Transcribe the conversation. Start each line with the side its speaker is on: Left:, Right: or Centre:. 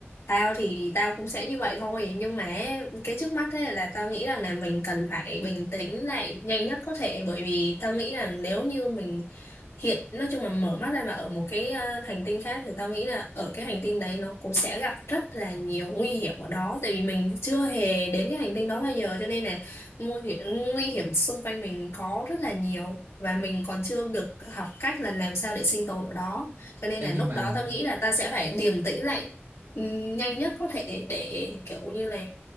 Left: Tao thì tao cũng sẽ như vậy thôi nhưng mà cái trước mắt thế là tao nghĩ rằng là mình cần phải bình tĩnh lại nhanh nhất có thể bởi vì tao nghĩ rằng nếu như mình hiện nói chung là mở mắt ra mà ở một cái à, hành tinh khác thì tao nghĩ là ở cái hành tinh đấy nó cũng sẽ gặp rất là nhiều nguy hiểm ở đó tại vì mình chưa hề đến cái hành tinh đó bao giờ cho nên là nguy hiểm, nguy hiểm xung quanh mình có rất là nhiều và mình còn chưa được học cách là làm sao để sinh tồn ở đó cho nên
Right: Ê,
Left: là
Right: nhưng
Left: lúc
Right: mà
Left: đó tao nghĩ là ta sẽ phải điềm tĩnh lại ừm, nhanh nhất có thể để kiểu như là